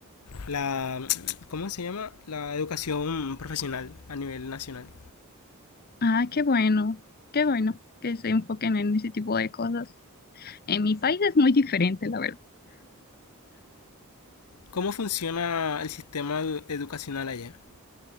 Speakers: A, on the left; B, on the left.
A: la, ¿cómo se llama? La educación profesional a nivel nacional.
B: ah, qué bueno, qué bueno que se enfoquen en ese tipo de cosas. En mi país es muy diferente, la verdad.
A: ¿Cómo funciona el sistema educacional allá?